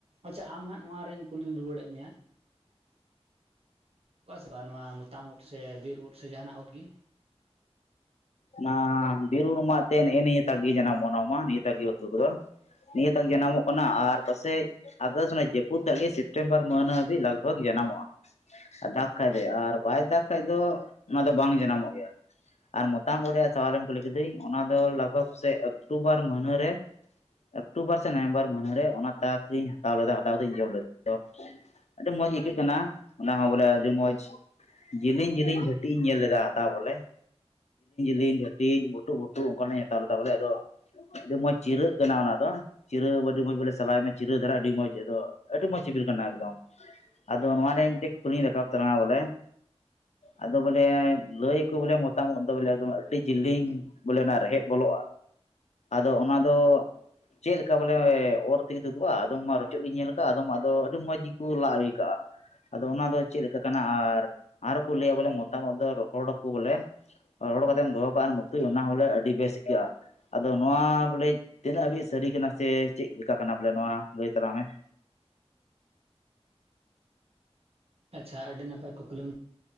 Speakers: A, on the right; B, on the left.
A: ᱟᱪᱪᱷᱟ ᱟᱢ ᱦᱟᱸᱜ ᱱᱚᱣᱟ ᱨᱮᱧ ᱠᱩᱞᱤ ᱨᱩᱣᱟᱹᱲᱮᱫ ᱢᱮᱭᱟ? ᱚᱠᱟ ᱥᱮ ᱵᱟᱝ ᱱᱚᱣᱟ ᱢᱚᱛᱟ ᱢᱩᱫ ᱥᱮ ᱵᱤᱨ ᱩᱫ ᱥᱮ ᱡᱟᱦᱟᱱᱟᱜ ᱩᱫ ᱜᱤ᱾
B: ᱩᱱᱟ ᱵᱤᱨ ᱩᱲ ᱢᱟ ᱛᱮᱱ ᱮ ᱱᱤᱭᱟᱹ ᱛᱟᱜᱤ ᱡᱟᱱᱟᱢ ᱚᱱᱚ ᱢᱟ ᱱᱤᱭᱟᱹ ᱛᱟᱵᱤ ᱩᱛᱩ ᱠᱚᱫᱚ᱾ ᱱᱤᱭᱟᱹ ᱛᱟᱠ ᱡᱟᱱᱟᱢᱚᱜ ᱠᱟᱱᱟ ᱟᱨ ᱯᱟᱥᱮᱡ ᱟᱨᱫᱚᱥ ᱩᱱᱟᱹᱡ ᱡᱟᱹᱯᱩᱫ ᱠᱟᱜ ᱜᱮ ᱥᱮᱯᱴᱮᱢᱵᱚᱨ ᱢᱟᱹᱱ ᱦᱟᱹᱵᱤᱡ ᱞᱟᱜᱽ ᱵᱷᱟᱜᱽ ᱡᱟᱱᱟᱢᱚᱜᱼᱟ᱾ <inaudible> ᱫᱟᱠ ᱠᱷᱟᱡ ᱫᱚᱭ ᱟᱨ ᱵᱟᱭ ᱫᱟᱠ ᱠᱷᱟᱡ ᱫᱚ ᱚᱱᱟ ᱫᱚ ᱵᱟᱝ ᱡᱟᱱᱟᱢᱚᱜ ᱜᱮᱭᱟ ᱟᱨ ᱢᱚᱛ ᱾ ᱛᱟᱢ ᱩᱨᱤᱭᱟᱜ ᱥᱟᱵᱟᱞᱮᱢ ᱠᱩᱞᱤ ᱠᱤᱫᱟᱹᱧ, ᱚᱱᱟ ᱫᱚ ᱞᱟᱜᱽ ᱵᱷᱟᱜᱽ ᱯᱟᱥᱮᱜ ᱚᱠᱴᱩᱵᱚᱨ ᱢᱟᱹᱱᱟᱹ ᱨᱮ ᱚᱠᱴᱩᱵᱚᱨ ᱥᱮ ᱱᱚᱭᱮᱢᱵᱚᱨ ᱢᱟᱹᱱᱟᱹ ᱨᱮ, ᱚᱱᱟ ᱛᱟᱠ ᱤᱧ ᱦᱟᱛᱟᱣ ᱞᱮᱫᱟ ᱦᱟᱛᱟᱣ ᱠᱟᱛᱮᱧ ᱡᱚᱢ ᱞᱮᱫᱟ <inaudible> ᱟᱹᱰᱤ ᱢᱚᱸᱡᱽ ᱤᱠᱷᱟᱹᱜ ᱠᱟᱱᱟ ᱾ ᱚᱱᱟ ᱦᱚᱸ ᱵᱚᱞᱮ ᱟᱹᱰᱤ ᱢᱚᱸᱡᱽ᱾ ᱡᱤᱞᱤᱧ ᱡᱤᱞᱤᱧ ᱜᱷᱟᱸᱴᱤ ᱤᱧ ᱧᱮᱞ ᱞᱮᱫᱟ ᱦᱟᱛᱟᱣ ᱵᱚᱞᱮ ᱾ ᱞᱤᱱ ᱜᱷᱟᱴᱤᱡ ᱜᱷᱩᱴᱩ ᱜᱷᱩᱴᱩ ᱚᱱᱠᱟᱱᱟᱜ ᱤᱧ ᱦᱟᱛᱟᱣ ᱵᱚᱞᱮ, ᱟᱫᱚ ᱟᱹᱰᱤ ᱢᱚᱸᱡᱽ ᱪᱤᱨᱟᱹᱜ ᱠᱟᱱᱟ ᱚᱱᱟ ᱫᱚ ᱾ ᱪᱤᱨᱟᱹ ᱟᱹᱰᱤ ᱢᱚᱸᱡᱽ ᱵᱚᱞᱮ ᱥᱟᱞᱟᱭ ᱢᱮ, ᱪᱤᱨᱟᱹ ᱫᱷᱟᱨᱟ ᱟᱹᱰᱤ ᱢᱚᱸᱡᱽ ᱟᱫᱚ, ᱟᱹᱰᱤ ᱢᱚᱸᱡᱽ ᱥᱤᱵᱤᱞ ᱠᱟᱱᱟ, ᱮᱠᱫᱚᱢ ᱾ ᱟᱫᱚ ᱱᱚᱣᱟ ᱨᱮᱱ ᱴᱮᱡ ᱠᱩᱞᱤᱧ ᱨᱟᱠᱟᱵ ᱛᱟᱞᱟᱝᱟ ᱵᱚᱞᱮ ᱾ ᱟᱫᱚ ᱵᱚᱞᱮ ᱞᱟᱹᱭᱟ ᱠᱚ ᱵᱚᱞᱮ ᱢᱚᱛᱟᱢᱚᱛ ᱾ ᱮᱠ ᱫᱚ ᱮᱠᱫᱚᱢ ᱟᱹᱰᱤ ᱡᱤᱞᱤᱧ ᱵᱚᱞᱮ ᱚᱱᱟ ᱨᱮᱦᱮᱫ ᱵᱚᱞᱚᱜᱼᱟ ᱾ ᱛᱚ ᱚᱱᱟ ᱫᱚ ᱪᱮᱜ ᱞᱮᱠᱟ ᱵᱚᱞᱮ <inaudible> ᱚᱨ ᱛᱮᱜᱤ ᱛᱩᱫᱩᱜᱼᱟ ᱟᱫᱚᱢ ᱢᱟ ᱨᱚᱪᱚᱜ ᱜᱤᱧ ᱧᱮᱞ ᱠᱟ, ᱟᱫᱚᱢ ᱟᱫᱚ ᱟᱹᱰᱤ ᱢᱚᱸᱡᱽ ᱜᱮᱠᱚ ᱞᱟᱜ ᱦᱤ ᱠᱟᱜᱼᱟ ᱾ ᱟᱫᱚ ᱚᱱᱟ ᱫᱚ ᱪᱮᱜ ᱞᱮᱠᱟ ᱠᱟᱱᱟ ᱟᱨ, ᱟᱨ ᱠᱚ ᱞᱟᱹᱭᱟ ᱵᱚᱞᱮ ᱢᱚᱛᱟᱢᱚᱛ ᱫᱚ ᱨᱚᱦᱚᱲ ᱟᱠᱚ ᱵᱚᱞᱮ ᱾ ᱨᱚᱲ ᱠᱟᱛᱮᱢ ᱫᱚᱦᱚ ᱠᱟᱜᱼᱟ <unintelligible> ᱚᱱᱟ ᱦᱚᱸ ᱞᱮ ᱟᱹᱰᱤ ᱵᱮᱥ ᱤᱠᱟᱹᱜᱼᱟ ᱾ ᱟᱫᱚ ᱱᱚᱣᱟ ᱵᱚᱞᱮᱡ ᱛᱤᱱᱟᱹᱜ ᱦᱟᱹᱵᱤᱡ ᱥᱟᱹᱨᱤ ᱠᱟᱱᱟ ᱥᱮ ᱪᱮᱜ ᱞᱮᱠᱟ ᱠᱟᱱᱟ ᱵᱚᱞᱮ ᱱᱚᱣᱟ ᱞᱟᱹᱭ ᱛᱟᱞᱟᱝ ᱢᱮ ᱾
A: ᱟᱪᱪᱷᱟ ᱟᱹᱰᱤ ᱱᱟᱯᱟᱭ ᱠᱩᱠᱞᱤᱢ